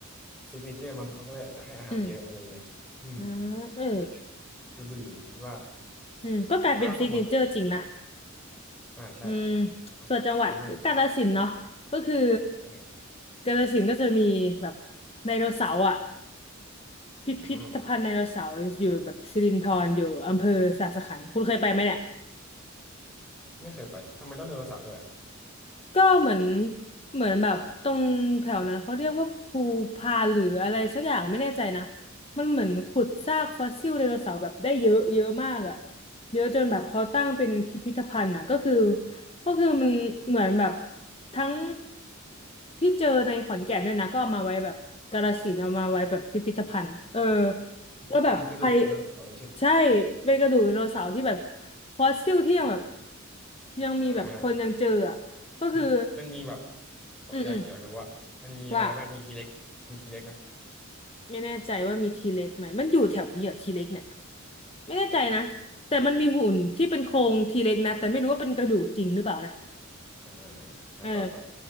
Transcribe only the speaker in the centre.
ซิกเนเจอร์มั้งเขาก็เลยอาจจะให้อาหารเยอะอะไรเงี้ยอืม
ก็เยอะที่ลพบุรีคิดว่า
อ่ะแล้วของคนบ้างอะอ่าใช่
ของของคนบ้าง
เออ
อืมไม่เคยไปทำไมต้องเดินเสาร์ด้วยอ่ะ
เป็นกระดูกไดโนเสาร์ใช่ไหม
อ่า
มันมันมีแบบ
อยากอยากรู้ว่ามันมีอะไรบ้างมีทีเล็กมีทีเล็กไหม
อ่าอ่ะต่อต่อ